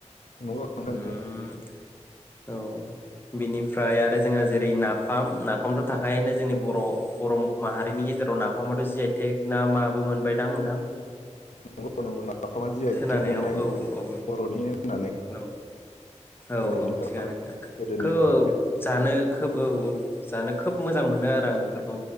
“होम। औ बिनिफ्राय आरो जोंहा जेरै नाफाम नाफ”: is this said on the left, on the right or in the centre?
Left